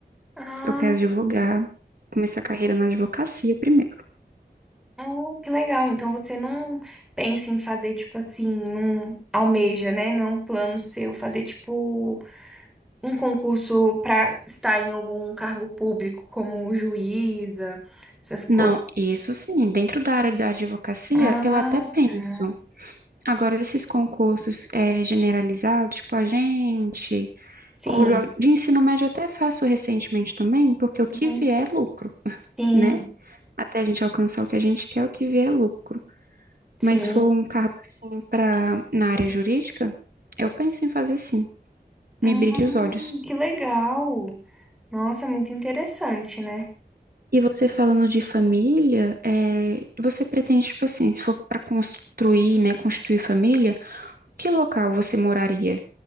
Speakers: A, in the centre; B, on the right.
A: Ah,
B: Eu quero
A: sim.
B: advogar, começar a carreira na advocacia primeiro.
A: Ah, que legal. Então você não pensa em fazer, tipo assim, não almeja, né? Não é um plano seu fazer, tipo. um concurso para estar em algum cargo público, como juíza, essas coisas.
B: Não, isso sim, dentro da área da advocacia,
A: Ah,
B: eu até penso.
A: tá.
B: Agora, esses concursos eh, generalizados, tipo agente,
A: Sim.
B: ou jo- de ensino médio, eu até faço recentemente também, porque o que
A: Uhum.
B: vier é lucro
A: Sim,
B: né? até a gente alcançar o que a gente quer, o que vier é lucro.
A: sim.
B: Mas se for um cargo assim para na área jurídica, eu penso em fazer sim. Me
A: Hum,
B: brilha os olhos.
A: que legal. Nossa, muito interessante, né?
B: E você falando de família, é, você pretende, tipo assim, se for para construir, né, construir família, que local você moraria?